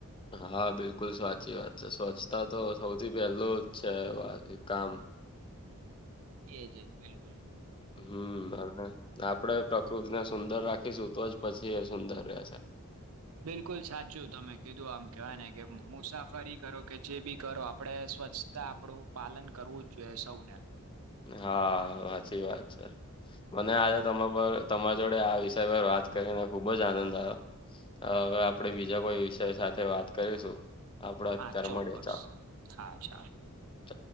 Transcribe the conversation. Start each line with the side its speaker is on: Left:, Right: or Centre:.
Left: હા બિલકુલ સાચી વાત છે સ્વચ્છતા તો સૌથી પહેલું જ છે વા કામ.
Right: જી જી બિલકુલ.
Left: હમ અને આપડે પ્રકૃતિને સુંદર રાખીશું તો જ પછી એ સુંદર રહેશે.
Right: બિલકુલ સાચું તમે કીધું આમ કહેવાય ને કે મુસાફરી કરો કે જે બી કરો આપણે સ્વચ્છ આપડું પાલન કરવું જ જોઈએ સૌને.
Left: હા સાચી વાત છે. મને આજે તમા પર તમારા જોડે આ વિષય પર વાત કરીને ખુબ જ આનંદ આવ્યો. હવે આપડે બીજા કોઈ વિષય સાથે વાત કરીશું. આપડ અતતાર
Right: હા ચોક્કસ
Left: મળે ચાલો
Right: હા ચાલો
Left: ચ.